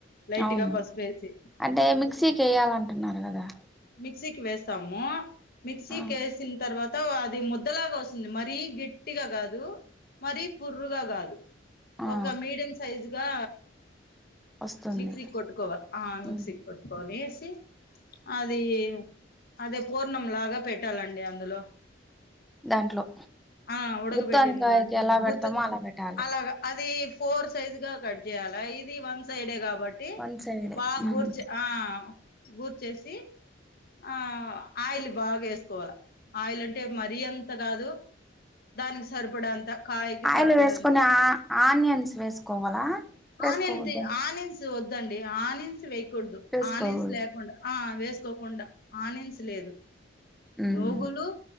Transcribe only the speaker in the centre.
అవును
అంటే మిక్సీకి వెయాలంటున్నారు కదా
ఆ
ఆ
వస్తుంది
ఉమ్
దాంట్లో
గుత్తి
వంకాయకి
ఎలా పెడతామో
అలా పెట్టాలి
వన్ సైడ్
ఉమ్
ఆయిల్
వేసుకొని
ఆ ఆనియన్స్ వేసుకోవాలా
వేసుకోవద్దా
వేసుకోకూడదు
ఉమ్